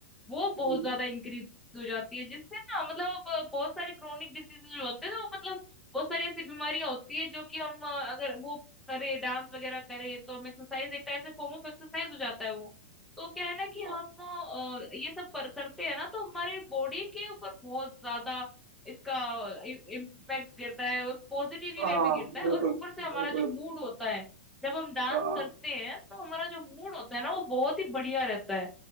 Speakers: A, in the centre; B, on the right.
A: वो बहुत
B: हम्म,
A: ज्यादा इंक्रीज हो जाती है जिससे ना मतलब अब बहुत सारे क्रोनिक डिसीजेज जो होते हैं ना वो मतलब बहुत सारी ऐसी बीमारियां होती है जो कि हम अ, अगर वो करे डांस वगैरह करे तो हम एक्सरसाइज एक टाइप से फॉर्म ऑफ एक्सरसाइज हो जाता है वो तो क्या है ना कि हम
B: हाँ
A: अ, ये सब पर करते हैं ना तो हमारे बॉडी के ऊपर बहुत ज्यादा इसका इम्पैक्ट गिरता है वो पॉजिटिव ही
B: हाँ,
A: वे में गिरता है
B: बिल्कुल
A: और ऊपर से हमारा
B: बिल्कुल
A: जो मूड होता है जब हम डांस
B: आ,
A: करते हैं तो हमारा जो मूड होता है ना वो बहुत ही बढ़िया रहता है